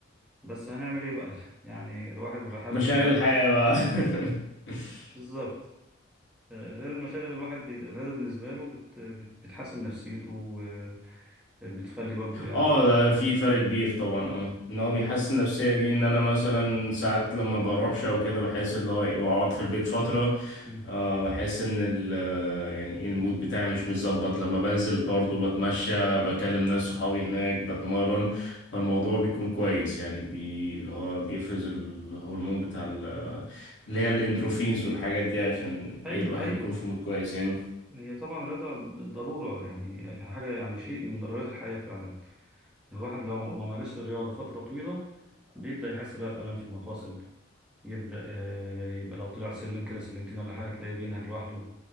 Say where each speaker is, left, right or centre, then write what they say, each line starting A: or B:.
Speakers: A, in the centre; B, on the left.
A: بس هنعمل ايه بقى <laughs> يعني الواحد بيبقى حابب
B: مشاغل
A: ان هو
B: الحياة بقى <laughs>
A: بالظبط آه، غير المشاغل الواحد بي... الرياضة بالنسبة له بت... بت... بتحسن نفسيته وبتخلي برضو يعني
B: اه ده
A: مم.
B: في فرق كبير طبعا اه ان هو بيحسن النفسيه دي ان انا مثلا ساعات لما بروحش او كده بحس اللي هو إيه، واقعد في البيت فتره
A: مم.
B: آه بحس ان ال آه، يعني إيه، المود
A: مم.
B: بتاعي مش متظبط لما بنزل برضو بتمشى بكلم ناس صحابي هناك بتمرن فالموضوع بيكون كويس يعني بي اللي هو بيفرز الهرمون بتاع ال- آه، اللي هي الاندروفينز والحاجات دي عشان
A: ايوه
B: ايه الواحد
A: ايوه
B: يكون في مود كويس يعني
A: هي طبعا الرياضة ضرورة يعني حاجة يعني شيء من ضرورات الحياة فعلا الواحد لو ما مارسش الرياضة فترة طويلة بيبدأ يحس بقى في ألم في المفاصل يبدأ آه، يبقى لو طلع سلم كده سلمتين ولا حاجة تلاقيه بينهج لوحده